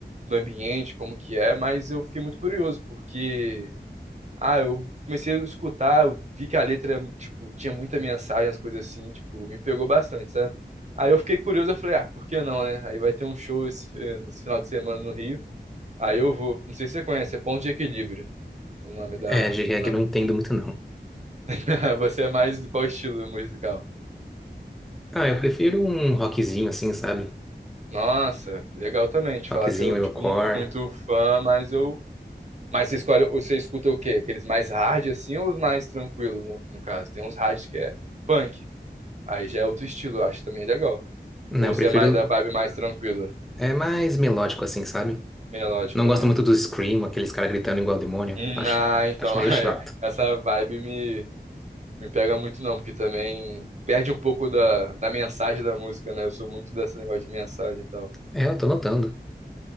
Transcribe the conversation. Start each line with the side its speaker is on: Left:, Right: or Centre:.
Right: do ambiente, como que é, mas eu fiquei muito curioso, porque Ah, eu comecei a escutar, eu vi que a letra, tipo, tinha muita mensagem, as coisas assim, tipo, me pegou bastante, sabe? Aí eu fiquei curioso, eu falei, ah, por que não, né? Aí vai ter um show esse, fi- nesse final de semana no Rio. Aí eu vou. Não sei se você conhece, é Ponto de Equilíbrio, o nome da,
Centre: É, de reggae
Right: da...
Centre: não entendo muito, não.
Right: <laughs> Você é mais do qual estilo musical?
Centre: Ah, eu prefiro um rockzinho assim, sabe?
Right: Nossa, legal também. Te falar
Centre: Rockzinho,
Right: que eu,
Centre: metalcore.
Right: tipo, não sou muito fã, mas eu. Mas você escolhe, você escuta o quê? Aqueles mais hard assim ou os mais tranquilos, no, no caso? Tem uns hard que é punk. Aí já é outro estilo, eu acho também legal.
Centre: Não,
Right: Ou
Centre: eu
Right: você
Centre: prefiro
Right: é mais da vibe mais tranquila,
Centre: é mais melódico assim, sabe?
Right: melódico,
Centre: Não gosto
Right: né?
Centre: muito do scream, aqueles caras gritando igual demônio.
Right: Hum,
Centre: Acho,
Right: ah, então,
Centre: acho meio
Right: <laughs>
Centre: chato.
Right: é, essa vibe me, me pega muito não, porque também perde um pouco da, da mensagem da música, né? Eu sou muito desse negócio de mensagem e tal.
Centre: É, eu tô notando.